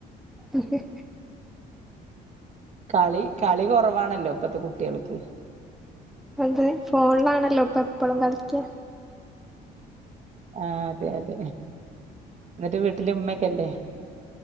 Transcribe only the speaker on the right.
കളി കളികൊറവാണല്ലോ ഇപ്പത്തെകുട്ടിയാൾക്ക്.
ആ അതെ അതെ എന്നിട്ട് വീട്ടിലെ ഉമ്മക്കല്ലേ